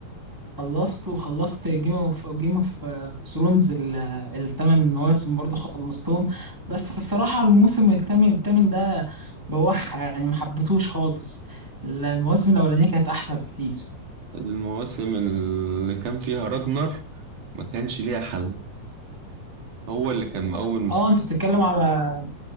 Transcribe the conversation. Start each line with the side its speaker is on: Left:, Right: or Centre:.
Centre: خلصته وخلصت جيم اوف جيم اوف ثرونز الثمان مواسم برضو خلصتهم بس الصراحة الموسم الثامن الثامن ده بوخ يعني ما حبيتهوش خالص المواسم الأولانية كانت أحلى بكتير
Right: المواسم اللي كان فيها راجنر ما كانش ليها حل هو اللي كان مقوم
Centre: اه انت بتتكلم على